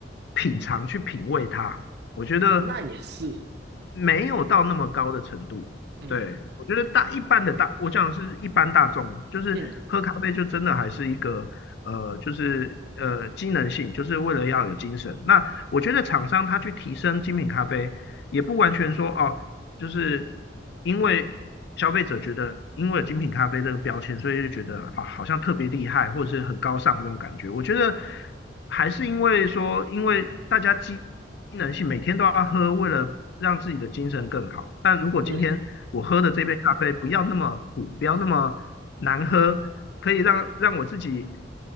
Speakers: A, on the left; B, on the right.
A: 品尝去品味它，我觉得
B: 那也是，
A: 没有到那么高的程度。
B: 嗯
A: 对，我觉得大一般的大，我讲的是一般大众，就是喝咖啡就真的还是一个呃，
B: 嗯
A: 就是呃机能性，就是为了要有精神。那我觉得厂商他去提升精品咖啡，也不完全说哦，就是因为消费者觉得，因为有精品咖啡这个标签，所以就觉得好好像特别厉害，或者是很高尚这种感觉。我觉得还是因为说，因为大家机能性每天都要喝，为了让自己的精神更好。但如果今天我喝的这杯咖啡不要那么苦，
B: 嗯，
A: 不要那么难喝，可以让让我自己